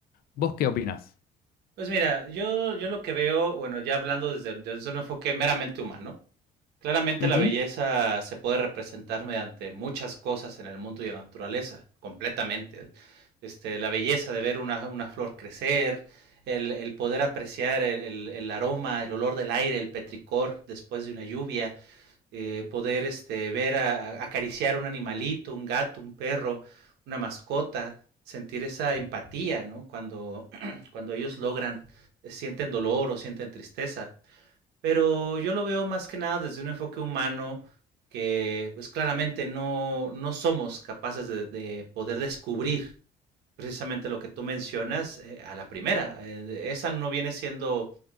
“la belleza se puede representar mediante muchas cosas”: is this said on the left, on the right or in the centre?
Right